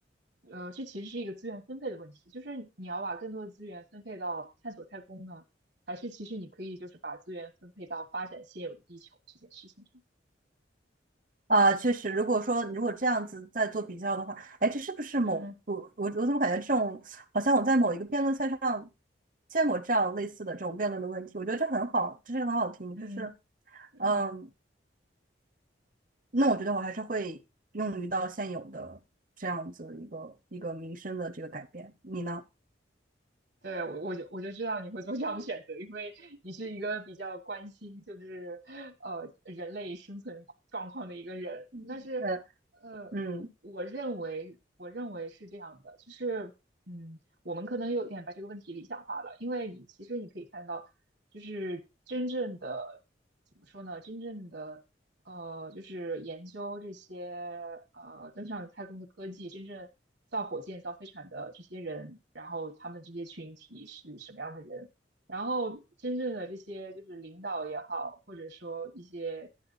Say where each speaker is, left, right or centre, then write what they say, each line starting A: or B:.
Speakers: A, on the right (about 65°); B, on the right (about 45°).
A: 呃，这其实是一个资源分配的问题，就是你要把更多的资源分配到探索太空呢。还是其实你可以就是把资源分配到发展现有的地球这件事情上。
B: 啊、确实，如果说如果这样子再做比较的话，哎，这是不是某我我我怎么感觉这种好像我在某一个辩论赛上
A: 嗯
B: 见过这样类似的这种辩论的问题？我觉得这很好，这是个很好听，
A: 嗯
B: 就是
A: 嗯
B: 嗯。那我觉得我还是会用于到现有的这样子一个一个民生的这个改变。你呢？
A: 对，我我就我就知道你会做这样的选择，因为你是一个比较关心就是呃人类生存状况的一个人。
B: 嗯呃，
A: 但是呃，
B: 嗯
A: 我认为我认为是这样的，就是嗯，我们可能有点把这个问题理想化了，因为你其实你可以看到，就是真正的怎么说呢？真正的呃，就是研究这些呃登上太空的科技，真正造火箭、造飞船的这些人，然后他们这些群体是什么样的人，然后真正的这些就是领导也好，或者说一些